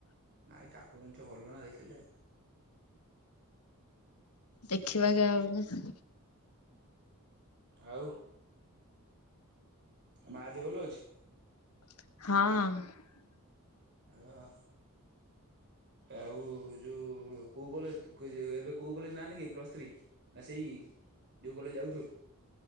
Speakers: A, on the right; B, on the left.
A: ନାଇଁ ଠାକୁର ଜିନିଷ ଭଲ ନା ଦେଖିଲେ।
B: ଦେଖିବା କେବେ ଗୋଟେ।
A: ଆଉ ମାଆ ଦେହ ଭଲ ଅଛି?
B: ହଁ।
A: ଓହୋ। ଆଉ ଯୋଉ କୋଉ କଲେଜ ଏବେ କୋଉ କଲେଜ ନା ନେଖେଇମୁ ପ୍ଲସ ଥ୍ରୀ। ନା ସେଇ ଯୋଉ କଲେଜ ଯାଉଥୁଲ।